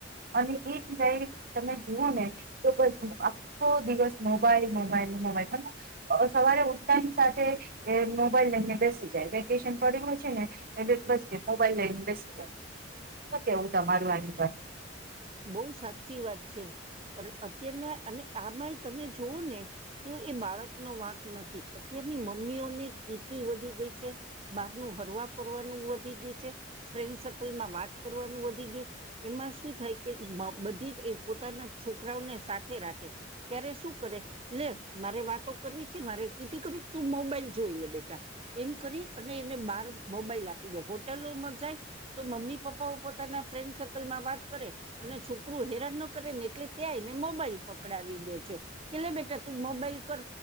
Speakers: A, on the right (about 50°); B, on the right (about 30°).
A: અને એ સિવાય તમે જુઓ ને. તો બસ આખો દિવસ મોબાઈલ મોબાઈલ મોબાઈલ, અને સવારે ઉઠતાની સાથે, એ મોબાઈલ લઈને બેસી જાય વેકેશન પડીયુ હોય છે ને. એને બસ કે મોબાઈલ લઇન બેસી જાઈ શું કેવું તમારું આની પર.
B: બહુ સાચી વાત છે, અન અત્યારના અને આમાં તમે જુઓ ને. તો એ બાળક નો વાંક નથી અત્યારની મમ્મીઓને કીકી વધી ગઈ છે. બહારનું હરવા ફરવાનું વધી ગ્યું છે. ફ્રેન્ડ સર્કલમાં વાત કરવાનું વધી ગ્યું છ એમાં શું થાય. કે બધી જ પોતાના છોકરાઓને સાથે રાખે, ત્યારે શું કરે. લે મારે વાતો કરવી છે મારે કીટી કરવી તું મોબાઈલ જોઈ લે બેટા. એમ કરી અને એને બહાર મોબાઈલ આપી દે હોટેલોમાં જાય. તો મમ્મી પપ્પાઓ પોતાના ફ્રેન્ડ સર્કલ માં વાત કરે. અને છોકરું હેરાન ન કરે ને એટલે ત્યાં એને મોબાઈલ પકડાવી દે છે. કે લે બેટા તું મોબાઈલ કર,